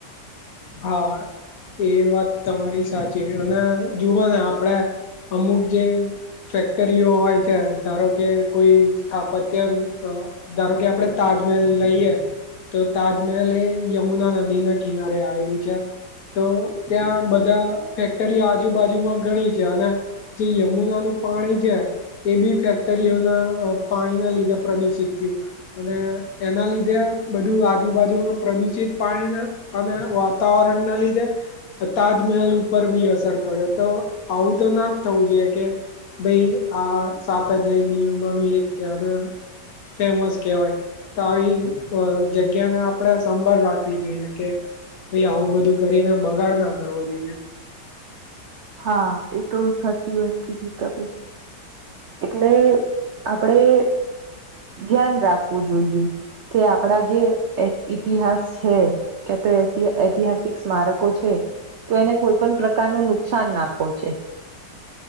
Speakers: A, on the left; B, on the right.
A: હા. એ વાત તમારી સાચી અને જુઓ ને આપડે અમુક જે. ફેક્ટરીઓ હોય છે ધારો કે કોઈ સ્થાપત્ય. ધારો કે આપડે તાજમહેલ લઈએ. તો તાજમહેલ એ યમુના નદી ના કિનારે આવેલું છે. તો ત્યાં બધા ફેક્ટરીઓ આજુબાજુમાં ઘણી છે અને. જે યમુના નું પાણી છે. એ બી ફેક્ટરીઓના પાણીના લીધે પ્રદુષિત થયું. અને એના લીધે બધું. આજુબાજુમાં પ્રદુષિત પાણીના અને વાતાવરણ ના લીધે તાજમહેલ ઉપર બી અસર પડ્યો તો આવું તો ના જ થવું જોઈએ કે ભાઈ આ સાત હ જાય બીમા ન એક છે અને ફેમસ કહેવાય તો આવી જગ્યાને આપણેે સંભાળ રાખવી જોઈએ કે ભાઈ આવું બધું કરીને બગાડ ના કરવો જોઈએ
B: હા એ તો સાચી વાત કે છે ત ભાઈ એટલે આપડે ધ્યાન રાખવું જોઈએ કે આપડા જે ઇતિહાસ છે ક તો ઐતિહાસિક સ્મારકો છે તો એને કોઈ પણ પ્રકારનું નુકસાન ના પહોંચે